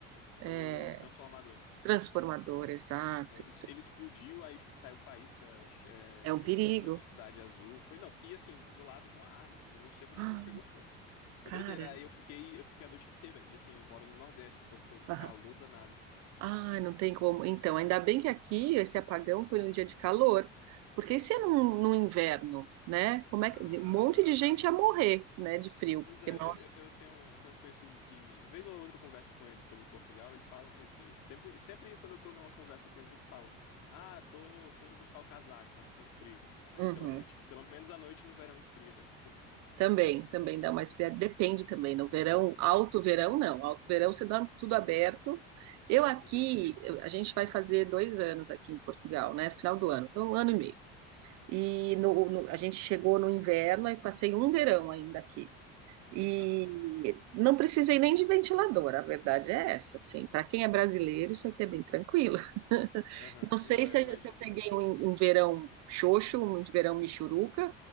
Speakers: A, on the right (about 65°); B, on the left (about 75°).
A: É,
B: o transformador.
A: transformador, exato.
B: É, Ele, ele explodiu, aí saiu faísca, é,
A: É um
B: um-
A: perigo.
B: uma eletricidade
A: <gasps>
B: azul. Foi, não, e assim, do lado de uma árvore. E não sei como
A: Ah,
B: é que não pegou fogo. Foi
A: cara.
B: doideira. Aí eu fiquei, eu fiquei a noite inteira. E assim, eu moro no Nordeste, então foi um calor
A: <laughs>
B: danado.
A: Ah, não tem como. Então, ainda bem que aqui esse apagão foi num dia de calor, porque se é num, num inverno, né? Como é
B: Ah,
A: que um monte
B: aham.
A: de gente ia morrer, né, de frio,
B: Pois
A: porque
B: é,
A: nós
B: eu, eu eu tenho, tenho uns conhecidos que, vez ou outra, eu converso com eles sobre Portugal, eles falam isso. que sempre, sempre quando eu tô numa conversa com eles, eles falam: Ah, tô, tô indo buscar o casaco, tá ficando frio. Aí
A: Uhum.
B: pela noite. Que pelo menos à noite no verão esfria, né? Um pouco.
A: também, também dá uma esfriada, depende também. No verão,
B: Uhum,
A: alto verão não, alto verão você dorme com tudo aberto. Eu aqui,
B: entendi.
A: eu- a gente vai fazer dois anos aqui em Portugal, né? Final do ano, então um ano e meio. E no, no- a gente chegou no inverno e passei um verão ainda aqui. E
B: Aham.
A: não precisei nem de ventilador, a verdade é essa, assim. Para quem é brasileiro, isso aqui é bem tranquilo. <laughs>
B: Aham,
A: Não sei
B: Não,
A: se
B: eu imagino.
A: eu, se eu peguei um, um verão xoxo, um verão michuruca.